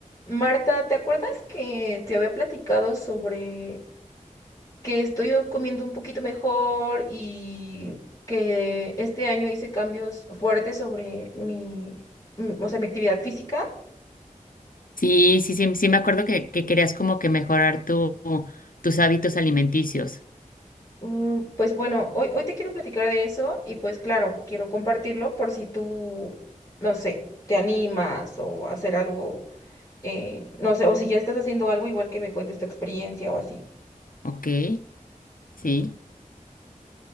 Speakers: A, on the left (about 25°); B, on the left (about 80°).
A: Marta, ¿te acuerdas que te había platicado sobre que estoy comiendo un poquito mejor y que este año hice cambios fuertes sobre mi, mm, o sea, mi actividad física?
B: Sí, sí, sí, sí me acuerdo que, que querías como que mejorar tu, tus hábitos alimenticios.
A: Mm, Pues bueno, hoy, hoy te quiero platicar de eso y pues claro, quiero compartirlo por si tú, no sé, te animas o hacer algo, eh, no sé, o si ya estás haciendo algo igual que me cuentes tu experiencia o así.
B: Ok, sí,